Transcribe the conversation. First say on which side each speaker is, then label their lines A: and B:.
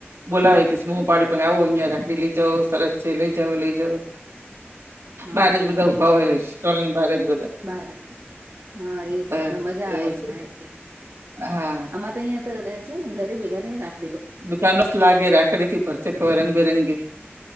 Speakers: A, on the right (about 75°); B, on the right (about 60°).
A: બોલાવે કે હું પાડી પણ આવો અહિયાં રાકડી લઈ જાવ સરસ પછી લઈ જાવ લઈ જાવ
B: હા
A: બારે જ
B: એજ
A: બધા ઉભા
B: એજ
A: હોય સ્ટોલ ની બારજ
B: બાર હા એજ
A: તો
B: ને મજા આવે
A: એવું
B: એમ
A: છે
B: થાય કે
A: હા
B: તયા તો છે ને ઘરેબી ઘરે રાખ
A: દુકાન મસ્ત લાગે રાખડીથી ભરતે રંગબેરંગી